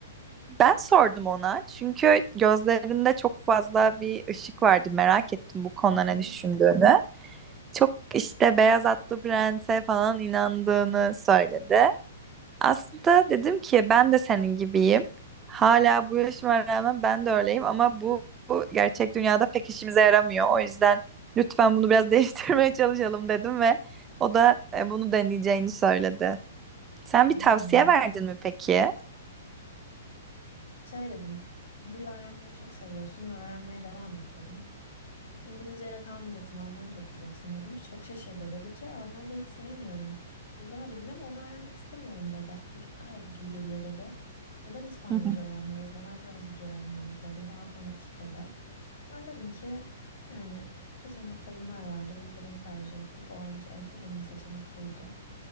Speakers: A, on the right (about 15°); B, on the left (about 70°).
A: ben sordum ona çünkü gözlerinde çok fazla bir ışık vardı. Merak ettim bu konuda
B: <laughs>
A: ne düşündüğünü. Çok işte Beyaz Atlı Prens'e falan inandığını söyledi. Aslında dedim ki ben de senin gibiyim. Hala bu yaşıma rağmen ben de öyleyim ama bu, bu gerçek dünyada pek işimize yaramıyor. O yüzden lütfen bunu biraz <laughs> değiştirmeye çalışalım dedim ve o da e, bunu deneyeceğini söyledi. Sen
B: Hmm.
A: bir tavsiye verdin mi peki?
B: Şey dedim. Dil öğrenmeyi çok seviyorsun ve öğrenmeye devam et dedim. İngilizceyle kalmayacaksın, Almanca okuyacaksın dedim. Çok şaşırdı. Dedi ki "E, Almanca hiç sevmiyorum. Güzel bir dil ama onu öğrenmek istemiyorum dedi. Vakit kaybı gibi geliyor dedi. Neden İspanyolca
A: Hı hı.
B: öğrenmiyoruz, neden Fransızca öğrenmiyoruz dedi. Daha fonetik dedi. Ben dedim ki yani seçenekte bunlar vardı. Biz de bunu tercih ettik. O anki en, en iyi seçenek buydu.